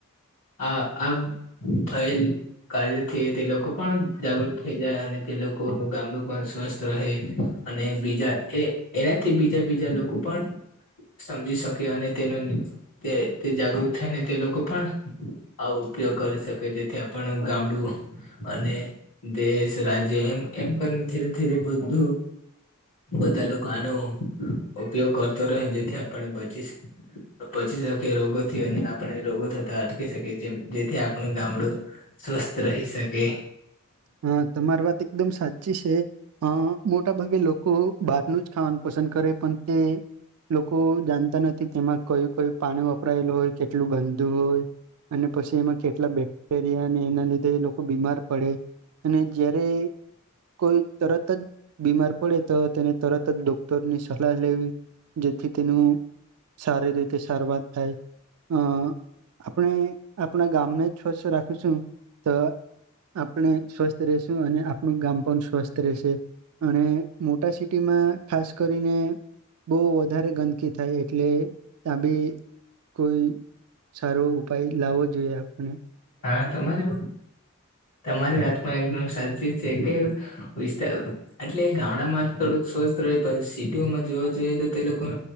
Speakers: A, on the left; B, on the right.
A: આ આમ થયેલ કર્યા થી તે લોકો પણ જાગૃત થઈ જાય, અને તે લોકોનું ગામડું પણ સ્વસ્થ રહે. અને બીજા એ, એનાથી બીજા બીજા લોકો પણ સમજી શકે, અને તેનો તે તે જાગૃત થાયને, તે લોકો પણ આવો ઉપયોગ કરી શકે જેથી આપણ ગામડું અને દેશ રાજ્ય એમ એમ કરીને ધીરે ધીરે બધું બધા લોકો આનો ઉપયોગ કરતો રહ્યો જેથી આપણે બચી બચી શકે રોગોથી અને આપણે રોગો થતા અટકી શકીએ જે જેથી આપણું ગામડું સ્વસ્થ રહી શકે
B: હા તમારી વાત એકદમ સાચી છે અ મોટા ભાગે લોકો ભારનું જ ખાવાનું પસંદ કરે પણ તે લોકો જાણતા નથી તેમાં કય કોઈ પાણી વપરાયેલું હોય કેટલું ગંદુ હોય અને પછી એમાં કેટલા બેક્ટેરિયા અને એના લીધે લોકો બીમાર પડે અને જયારે કોઈ તરત જ બીમાર પડે તો તેને તરત જ ડોક્ટર ની સલાહ લેવી જેથી તેનું સારી રીતે સારવાર થાય અ આપણે આપણા ગામને જ સ્વચ્છ રાખું છું તો આપણે સ્વસ્થ રશું અને આપણું ગામ પણ સ્વસ્થ રહેશે અને મોટા સિટીમાં ખાસ કરીને બહુ વધારે ગંદકી થાય એટલે ત્યા બી કોઈ સારો ઉપાય લાવવો જોઈએ આપને
A: હા તમારે તમારી આત્મા એકદમ સાજે છે કે વિસ્તાર એટલે ગામડામાં થોડુંક સ્વસ્થ રહે પણ સિટીઓમાં જોવા જઈએ તો તે લોકો